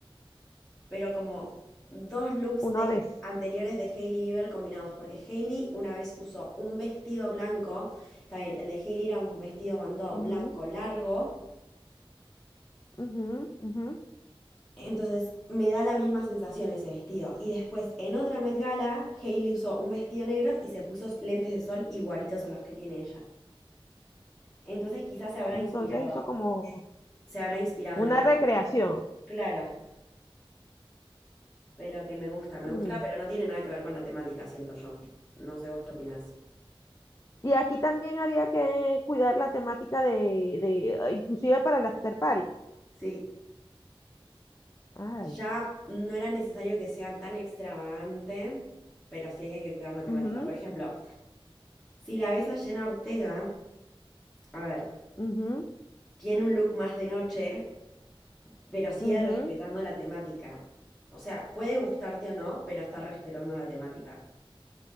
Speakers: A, in the centre; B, on the left.
A: pero como dos looks
B: Una
A: de-
B: vez.
A: anteriores de Hailey Bieber combinados, porque Hailey una vez usó un vestido blanco, está bien, el de Hailey era un vestido bandó
B: Ujú,
A: blanco largo,
B: ujú, ujú.
A: entonces me da la misma sensación ese vestido. Y después en otra Met Gala, Hailey usó un vestido negro y se puso lentes de sol igualitos a los que tiene ella. Entonces quizás se habrá
B: Entonces
A: inspirado,
B: hizo como
A: se habrá inspirado
B: una
A: en outfits.
B: recreación.
A: Claro, pero que me gusta, me
B: Mm.
A: gusta, pero no tiene nada que ver con la temática, siento yo. No sé vos qué opinás.
B: Y aquí también había que cuidar la temática de, de ah, inclusive para la after party.
A: Sí,
B: Ay.
A: Ya no era necesario que sea tan extravagante, pero sí había que cuidar la temática.
B: Ujú,
A: Por ejemplo, si la ves a Jenna Ortega, a ver,
B: ujú,
A: tiene un look más de noche, pero sigue
B: ujú,
A: respetando la temática. O sea, puede gustarte o no, pero está respetando la temática.